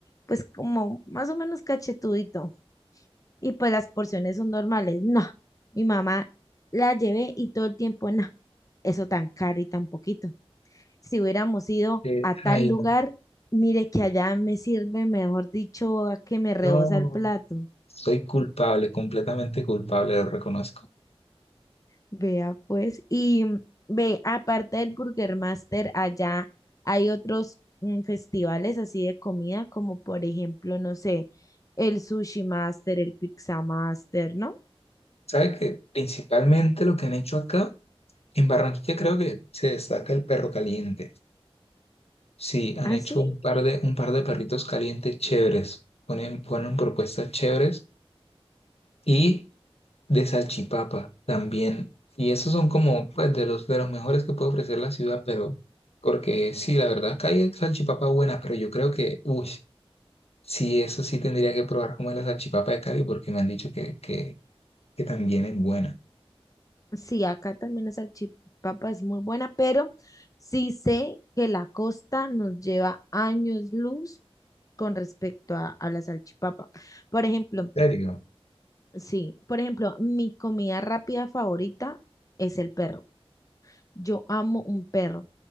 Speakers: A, on the left; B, on the left.
A: pues como más o menos cachetudito. Y pues las porciones son normales. No, mi mamá la llevé y todo el tiempo, no, eso tan caro y tan poquito. Si hubiéramos ido
B: eh,
A: a tal
B: ay,
A: lugar,
B: no,
A: mire que allá me sirve, mejor dicho, a que me rebosa
B: no,
A: el plato.
B: soy culpable, completamente culpable, lo reconozco.
A: Vea pues, y mm, ve, aparte del Burger Master, allá hay otros mm, festivales así de comida, como por ejemplo, no sé, el Sushi Master, el Pizza Master, ¿no?
B: ¿Sabe que principalmente lo que han hecho acá? En Barranquilla creo que se destaca el perro caliente. Sí, han
A: ah
B: hecho
A: sí
B: un par de, un par de perritos calientes chéveres. Ponen, ponen propuestas chéveres y de salchipapa también. Y esos son como pues, de los, de los mejores que puede ofrecer la ciudad, pero porque sí, la verdad, acá hay salchipapa buenas, pero yo creo que, uy, sí, eso sí tendría que probar como es la salchipapa de Cali porque me han dicho que, que, que también es buena.
A: sí, acá también la salchipapa es muy buena, pero sí sé que la costa nos lleva años luz con respecto a, a la salchipapa. Por ejemplo,
B: ¿En serio?
A: sí, por ejemplo, mi comida rápida favorita es el perro. Yo amo un perro.